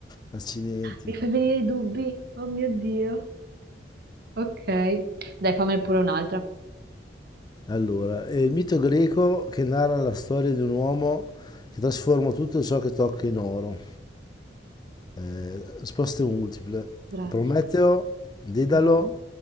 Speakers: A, on the left (about 25°); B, on the right (about 60°).
A: Accidenti.
B: Mi fa venire i dubbi. Oh mio Dio. Ok, dai, fammi pure un'altra.
A: Allora, è il mito greco che narra la storia di un uomo che trasforma tutto ciò che tocca in oro. Eh, risposte multiple.
B: Grazie.
A: Prometeo, Dedalo,
B: No,